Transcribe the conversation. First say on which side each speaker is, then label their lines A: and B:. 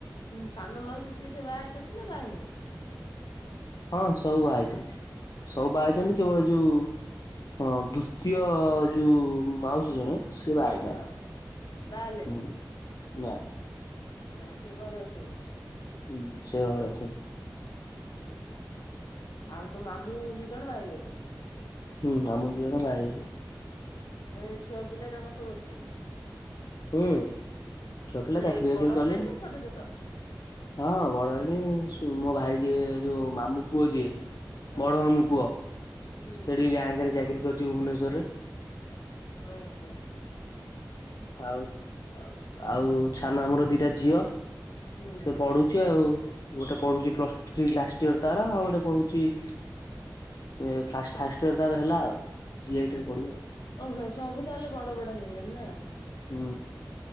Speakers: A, on the left; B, on the left.
A: ହୁଁ ସାନ ମାଉସୀ ଯିଏ ସିଏ ବାହା ହେଇଛନ୍ତି ନା ବାହା ହେଇନାହାନ୍ତି?
B: ହଁ ସବୁ ବାହା ହେଇଛନ୍ତି। ସବୁ ବାହା ହେଇଚନ୍ତି କେବଳ ଯୋଉ ହଁ ଦ୍ଵିତୀୟ ଯୋଉ ମାଉସୀ ଜଣେ ସିଏ ବାହା ହେଇନାହାଁନ୍ତି
A: ହଁ ବାହା ହେଲେନି
B: ହୁଁ ନା।
A: ହଁ ସେ ଘରେ ଅଛନ୍ତି?
B: ହୁଁ। ସେ ଘରେ ଅଛନ୍ତି।
A: ଓ ହ ଆଉ ତୋ ମାମୁଁ ଦି ଜଣ ବାହା ହେଇ ଯାଇଚନ୍ତି?
B: ହୁଁ ମାମୁଁ ଦିଜଣ ବାହା ହେଇ ଯାଇଚନ୍ତି।
A: ଏ ଛୁଆ ପିଲା ତାଙ୍କର ସବୁ ଅଛନ୍ତି?
B: ହୁଁ ଛୁଆ ପିଲା
A: ମାନେ
B: ଚାକିରି ବାକିରି
A: ବଡ
B: କଲେଣି।
A: ହେଲେଣି ନା ଛୋଟ ଛୋଟ
B: ହଁ ବଡ ହେଲେଣି। ମୋ ଭାଇ ଯିଏ ଯୋଉ ମାମୁଁ ପୁଅ ଯିଏ
A: ହଁ
B: ବଡ ମାମୁଁ ପୁଅ
A: ହୁଁ
B: ସେଠି ବ୍ୟାଙ୍କରେ ଚାକିରୀ କରିଚି ଭୁବନେଶ୍ୱରରେ।
A: ଓହୋ।
B: ଆଉ
A: ଆଉ
B: ଆଉ ସାନ ମାମୁଁ ର ଦିଟା ଝିଅ
A: ହୁଁ
B: ସେ ପଢୁଛି ଆଉ। ଗୋଟେ ପଢୁଛି ପ୍ଲସ ଥ୍ରୀ ଲାଷ୍ଟ ଇୟର ତାର। ଆଉ ଗୋଟେ ପଢୁଛି ଏ ଫାଷ୍ଟ୍ ଫାଷ୍ଟ ଇୟର ତାର ହେଲାଆଉ। ଜିଆଇଟି ପଢିବ ଆଉ।
A: ଓହୋ ସବୁ ତାହେଲେ ବଡ ବଡ ହେଇଗଲେଣି ନା।
B: ହୁଁ।